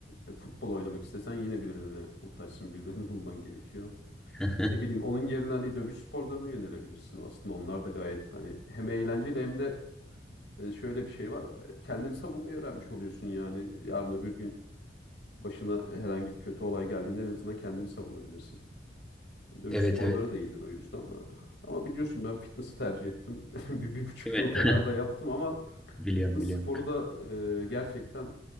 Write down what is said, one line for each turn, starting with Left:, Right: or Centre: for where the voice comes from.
Left: e, futbol oynamak istesen yine birilerine muhtaçsın, birilerini <laughs> bulman gerekiyor.
Centre: <laughs>
Left: Ne bileyim onun yerine hani dövüş sporlarına yönelebilirsin aslında. Onlar da gayet hani hem eğlenceli hem de e, şöyle bir şey var. e, Kendini savunmayı öğrenmiş oluyorsun yani. Yarın öbür gün başına herhangi bir kötü olay geldiğinde en azından kendini savunabilirsin. Dövüş
Centre: Evet
Left: sporları
Centre: evet.
Left: da iyidir o yüzden. Ama biliyorsun ben fitness'ı tercih ettim. <laughs> Bir, bir buçuk
Centre: Değil
Left: yıl
Centre: mi?
Left: kadar da yaptım ama
Centre: Biliyorum
Left: Fitness
Centre: biliyorum.
Left: sporu da e, gerçekten